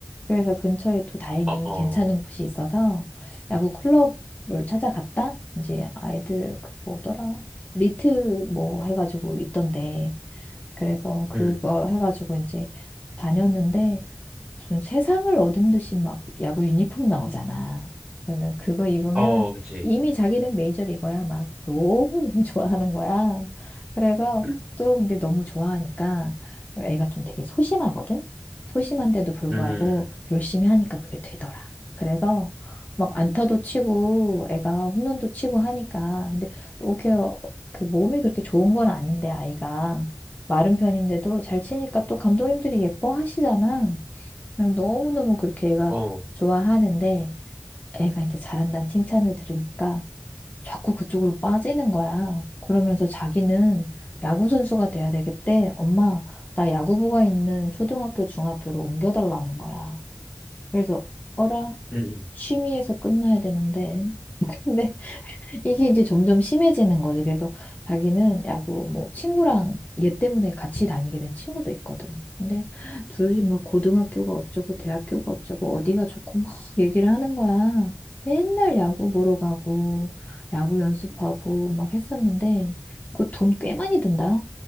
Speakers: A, on the left (about 30°); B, on the right (about 15°).
A: 그래서 근처에 또 다행히
B: 어, 어,
A: 괜찮은 곳이 있어서 야구 클럽을 찾아갔다. 이제 아이들 그 뭐더라? 리트 뭐 해가지고 있던데. 그래서 그걸
B: 음,
A: 해가지고 이제 다녔는데 무슨 세상을 얻은 듯이 막 야구 유니폼 나오잖아. 그러면 그거 입으면
B: 어, 그치.
A: 이미 자기는 메이저리거야. 막 너무너무 <laughs> 좋아하는 거야. 그래서
B: <laughs>
A: 또 근데 너무 좋아하니까 애가 좀 되게 소심하거든? 소심한데도 불구하고
B: 음,
A: 열심히 하니까 그게 되더라. 그래서 막 안타도 치고 애가 홈런도 치고 하니까 근데 그게 그 몸이 그렇게 좋은 건 아닌데 아이가 마른 편인데도 잘 치니까 또 감독님들이 예뻐하시잖아. 그냥 너무너무 그렇게 애가
B: 어, 음,
A: 좋아하는데 애가 이제 잘한다는 칭찬을 들으니까 자꾸 그쪽으로 빠지는 거야. 그러면서 자기는 야구선수가 돼야 되겠대. 엄마, 나 야구부가 있는 초등학교, 중학교로 옮겨달라는 거야. 그래서 어라?
B: 음.
A: 취미에서 끝나야 되는데. <laughs> 근데 이게 이제 점점 심해지는 거지. 그래서 자기는 야구 뭐 친구랑 얘 때문에 같이 다니게 된 친구도 있거든. 근데 둘이 막 고등학교가 어쩌고 대학교가 어쩌고 어디가 좋고 막 얘기를 하는 거야. 맨날 야구 보러 가고 야구 연습하고 막 했었는데 그 돈 꽤 많이 든다.